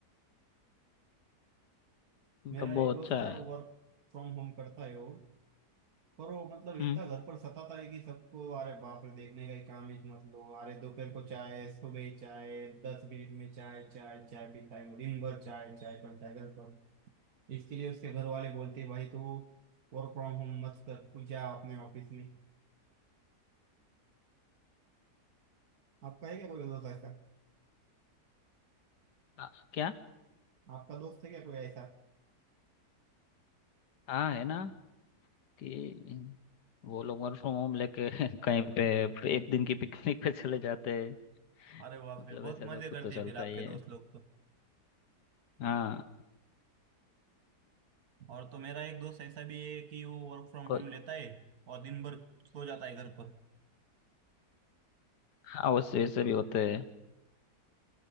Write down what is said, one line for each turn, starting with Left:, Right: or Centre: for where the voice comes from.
Left: मतलब
Right: मेरा
Left: वो
Right: एक दोस्त
Left: अच्छा
Right: था
Left: है
Right: वर्क फ्रॉम होम करता है वो पर वो मतलब
Left: हम्म
Right: इतना घर पर सताता है कि सबको अरे बाप रे देखने का ही काम है मतलब अरे दोपहर को चाय सुबह ही चाय दस मिनट में चाय चाय चाय पीता है वो दिन भर चाय चाय करता है घर पर इसके लिए उसके घर वाले बोलते हैं भाई तू वर्क फ्रॉम होम मत कर तू जा अपने ऑफिस में आपका है क्या कोई दोस्त ऐसा
Left: आ, क्या
Right: आपका दोस्त है क्या कोई ऐसा
Left: हाँ है ना कि वो लोग वर्क फ्रॉम होम लेके <laughs> कहीं पे एक दिन की पिकनिक पे चले जाते हैं
Right: अरे बाप
Left: मतलब
Right: रे बहुत
Left: ऐसा
Right: मजे
Left: सब कुछ
Right: करते
Left: तो चलता
Right: हैं फिर आपके
Left: ही है
Right: दोस्त लोग तो
Left: हाँ
Right: और तो मेरा एक दोस्त ऐसा भी है कि वो वर्क फ्रॉम
Left: कोई
Right: होम लेता है और दिन भर सो जाता है घर पर
Left: हाँ वैसे वैसे भी होते हैं